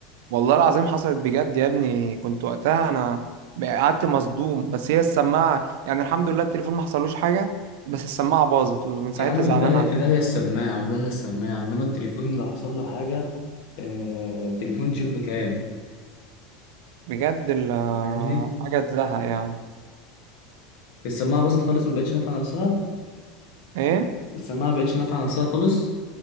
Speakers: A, on the right; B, on the left.
A: والله العظيم حصلت بجد يا ابني كنت وقتها انا قعدت مصدوم بس هي السماعه يعني الحمد لله التليفون ما حصلوش حاجه بس السماعه باظت ومن ساعتها
B: يا عم
A: زعلان
B: في داهيه
A: عليهم
B: في داهيه السماعه في داهيه السماعه انما التليفون لو حصل له حاجه آه التليفون تشوف بكام
A: بجد ال-
B: فاهمني
A: حاجه تزهق يعني
B: السماعه باظت خالص ما بقتش نافعه نفسها
A: ايه
B: السماعه ما بقتش نافعه نفسها خالص